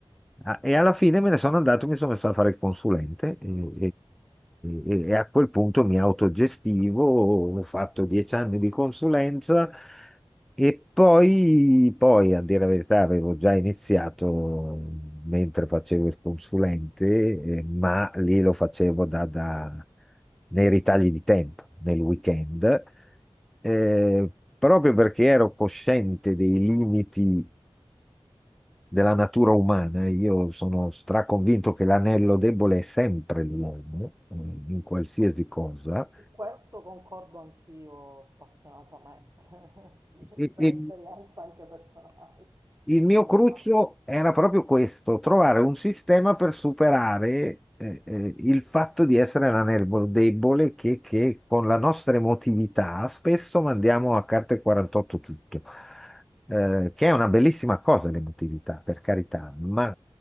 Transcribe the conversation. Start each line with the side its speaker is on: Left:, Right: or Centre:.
Centre: Ah, E alla fine me ne sono andato, mi sono messo a fare il consulente e, e- e a quel punto mi autogestivo, ho fatto dieci anni di consulenza e poi, poi, a dire la verità, avevo già iniziato mentre facevo il consulente, eh, ma lì lo facevo da, da- nei ritagli di tempo, nel weekend, eh, proprio perché ero cosciente dei limiti della natura umana. Io sono straconvinto che l'anello debole è sempre l'uomo, eh, in qualsiasi cosa.
Right: Su questo concordo anch'io spassionatamente, <laughs> sì,
Centre: E,
Right: per esperienza
Centre: e-
Right: anche personale,
Centre: Il mio
Right: plurima.
Centre: cruccio era proprio questo, trovare un sistema per superare eh, eh, il fatto di essere la nervo debole che, che con la nostra emotività spesso mandiamo a carte 48 tutto, Eh, che è una bellissima cosa l'emotività, per carità, ma